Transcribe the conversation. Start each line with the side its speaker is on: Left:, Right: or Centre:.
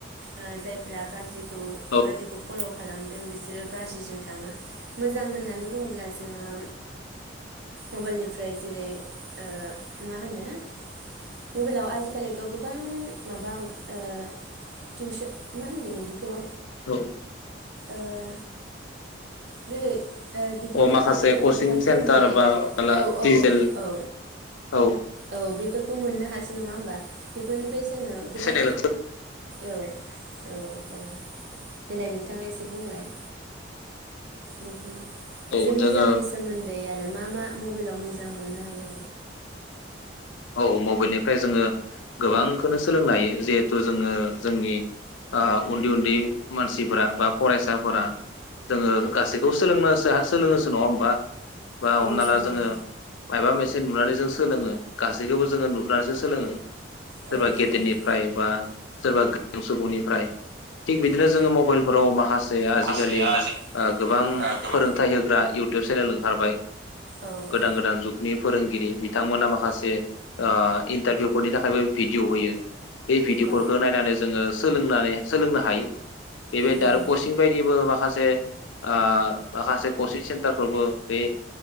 Right: ओ जायफोरा गाज्रिखौ
Left: औ
Right: गाज्रिखौ फल' खालामदों बिसोरो गाज्रिजों थाङो मोजां होननानै बुङोब्ला जोङो मबाइलनिफ्राय जेरै ओ मा होनो मबाइलाव आजि खालिथ गोबां माबा ओ टिउसन मा होनगोन बिदिखौ
Left: औ।
Right: ओ जेरै ओ बिदिनो
Left: अ माखासे
Right: माबानि
Left: कचिं
Right: इगजामफोरनि
Left: सेन्टार बा माला
Right: औ औ
Left: डिजिटेल
Right: औ औ
Left: औ
Right: औ बेफोर मोननो हासै नङा होमबा बेफोरनि ओमफ्राय जोङो गोबां
Left: चेनेल
Right: औ। औ औ देलाय नोंथाङा एसे बुंलाय। बेफोरनि
Left: औ
Right: एसे मोजांनि
Left: जोङो
Right: सोमोन्दै दै आरो मा मा मबाइलाव मोजां मोननो हायो।
Left: औ मबाइलनिफ्राय जोङो गोबांखोनो सोलोंनो हायो जिहेथु जोङो जोंनि आ उन्दै उन्दै मानसिफोरा बा फरायसाफोरा जोङो गासैखौबो सोलोंनो सोलों नङा होनबा। बा
Right: औ
Left: हमना
Right: सोलोङो
Left: ला जोङो मायबा मोनसे जे नुनानै जों सोलोङो। गास सैखोबो जोङो नुनानैसो सोलोङो
Right: औ
Left: सोरबा
Right: औ
Left: गेदेरनिफ्राय
Right: सोलोङो
Left: बा सोरबा गो सुबुंनि फ्राय थिग बिदिनो
Right: उम
Left: जोङो मबाइलफोराव माखासे आजिखालि
Right: माखासेया जि
Left: ओ गोबां
Right: ओ गोबां
Left: फोरोंथाइ होग्रा इउटुब चेनेल ओंखारबाय
Right: औ
Left: गोदान
Right: औ
Left: गोदान जुगनि फोरोंगिरि बिथांमोना माखास से ओ इन्टारभिउफोरनि थाखायबो भिडिअ होयो बे भिदिअफोरखौ
Right: औ
Left: नायनानै जोङो सोलोंनानै सोलोंनो हायो बेबायदिनो
Right: उम
Left: आरो कचिं बायदिबो माखासे ओ माखासे कचिं सेन्टारफ्रावबो बे